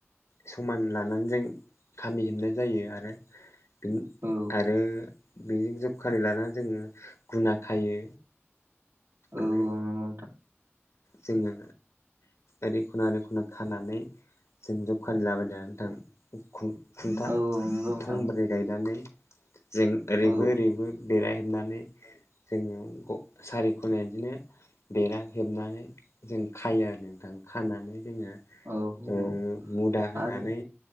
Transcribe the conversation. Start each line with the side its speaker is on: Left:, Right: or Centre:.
Left: समान लानानै जों खामि हेबनाय जायो आरो बिन
Right: औ
Left: बे बेजों जबखालि लाना जोङो गुना खायो।
Right: औ
Left: आरो
Right: नंगौ नोंथां
Left: जोंना ओरै खना ओरै खना खानानै जों जबखानि लाबायदा नोंथां। खु-खुन्था
Right: औ नंगौ नोंथां
Left: थंब्रै गायनानै जों ओरैबो
Right: औ
Left: ओरैबो बेरा हेबनानै जोङो सारिखनाय इदिनो बेरा हेबनानै जों खायो आरो नोंथां खानानै जोङो
Right: औ
Left: ओ
Right: औ
Left: मुदा होनानै
Right: आरो